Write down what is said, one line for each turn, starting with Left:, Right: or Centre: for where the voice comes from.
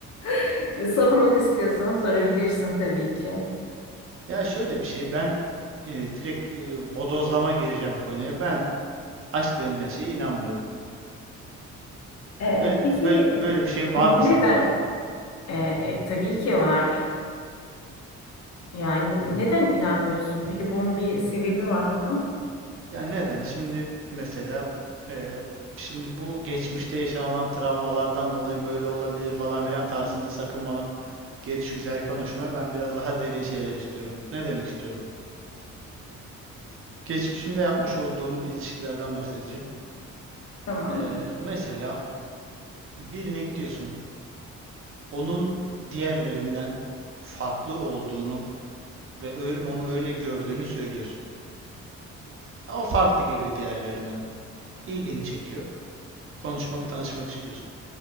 Left: <laughs> Sormak istiyorsan sorabilirsin tabii ki.
Right: Ya şöyle bir şey, ben e, direkt e, bodozlama gireceğim konuya. Ben aşk denilen şeye inanmıyorum.
Left: Ee,
Right: Böyle,
Left: peki
Right: böyle, böyle bir şey var
Left: neden?
Right: mı sence?
Left: Ee, e, tabii ki var. Yani neden inanmıyorsun? Peki bunun bir sebebi var mı?
Right: Yani neden? Şimdi mesela e, şimdi bu geçmişte yaşanılan travmalardan dolayı böyle olabilir falan filan tarzında sakın bana geliş güzel konuşma. Ben biraz daha derin şeyler istiyorum. Ne demek istiyorum? Geçmişimde yapmış olduğum ilişkilerden bahsedeceğim.
Left: Tamam.
Right: Ee, mesela birine gidiyorsun, onun diğerlerinden farklı olduğunu ve öyle, onu öyle gördüğünü söylüyorsun. O farklı geliyor diğerlerinden. İlgini çekiyor. Konuşmak, tanışmak istiyorsun.